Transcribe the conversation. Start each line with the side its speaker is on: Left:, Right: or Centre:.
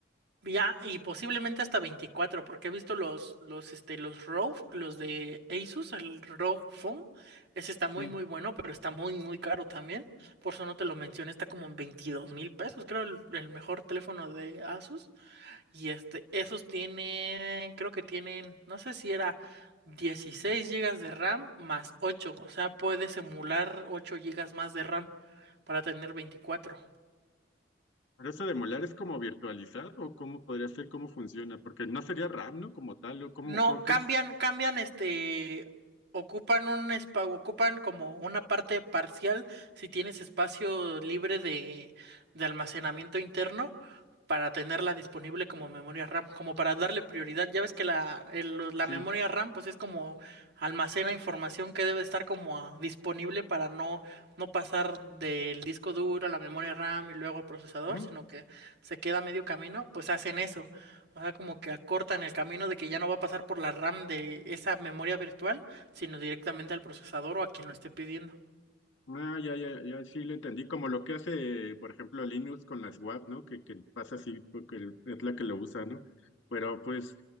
Right: Ya, y posiblemente hasta veinticuatro porque he visto los, los, este, los ROG, los de Asus, el ROG Phone. Ese está
Left: Sí.
Right: muy, muy bueno, pero está muy, muy caro también. Por eso no te lo mencioné, está como en veintidós mil pesos, creo, el, el mejor teléfono de Asus. Y este, esos tienen, creo que tienen, no sé si era 16 gigas de RAM más ocho o sea, puedes emular 8 gigas más de RAM para tener veinticuatro
Left: Pero eso de molar es como virtualizar, o cómo podría ser, cómo funciona, porque no sería RAM, ¿no? Como tal, o cómo,
Right: No,
Left: cómo que
Right: cambian,
Left: es.
Right: cambian, este, ocupan un espa- ocupan como una parte parcial si tienes espacio libre de, de almacenamiento interno para tenerla disponible como memoria RAM, como para darle prioridad. Ya ves que la, el- lo- la
Left: Sí.
Right: memoria RAM pues es como almacena información que debe estar como ah, disponible para no, no pasar del disco duro a la memoria RAM y luego al procesador,
Left: Ujú.
Right: sino que se queda a medio camino, pues hacen eso. O sea, como que acortan el camino de que ya no va a pasar por la RAM de esa memoria virtual, sino directamente al procesador o a quien lo esté pidiendo.
Left: Ah, ya, ya, ya, sí lo entendí. Como lo que hace, por ejemplo, Linux con las WAP, ¿no? Que, que pasa así porque el- es la que lo usa, ¿no? Pero pues,